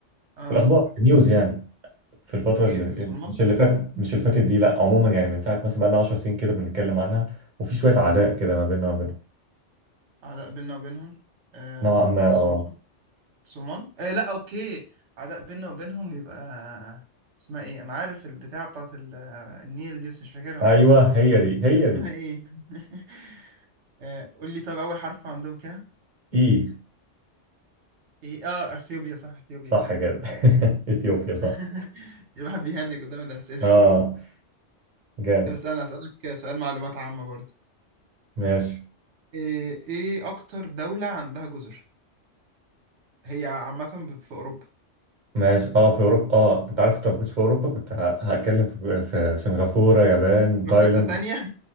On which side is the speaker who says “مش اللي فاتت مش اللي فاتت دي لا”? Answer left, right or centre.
Right